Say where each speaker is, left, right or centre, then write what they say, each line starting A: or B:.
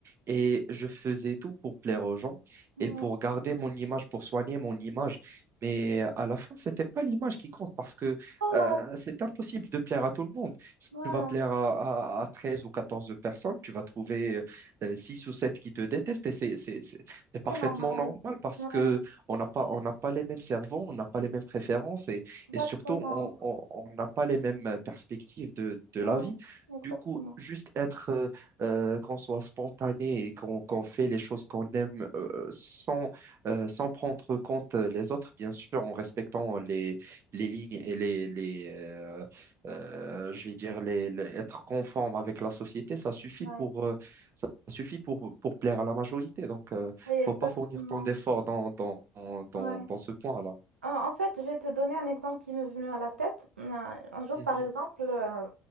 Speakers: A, on the right; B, on the right.
A: et je faisais tout pour plaire aux gens
B: Ouais.
A: et pour garder mon image, pour soigner mon image. Mais à la fin, c'était pas l'image qui compte parce que
B: Oh là,
A: euh, c'est impossible de plaire à tout le monde. Si
B: voilà,
A: tu vas plaire à, à, à 13 ou 14 personnes, tu vas trouver euh, 6 ou 7 qui te détestent et c'est, c'est, c'est- c'est
B: très
A: parfaitement
B: normal.
A: normal parce
B: Ouais,
A: que on n'a pas, on n'a pas les mêmes cerveaux, on n'a pas les mêmes préférences
B: exactement.
A: et surtout, on on- on n'a pas les mêmes perspectives de, de
B: Ouais,
A: la vie.
B: exactement.
A: Du coup, juste être, euh, euh, qu'on soit spontané et qu'on qu'on fait les choses qu'on aime euh, sans, euh, sans prendre compte les autres, bien sûr, en respectant les, les lignes et les, les euh, euh, je vais dire, les, les- être conforme avec la société, ça suffit
B: Ouais,
A: pour, euh, ça suffit pour, pour plaire à la majorité. Donc, euh,
B: oui, exactement.
A: faut pas fournir tant d'efforts dans, dans, dans,
B: Ouais.
A: dans ce point-là.
B: Euh, En fait, je vais te donner un exemple qui m'est venu à la tête. Euh, Un jour,
A: Mhm.
B: par exemple, euh,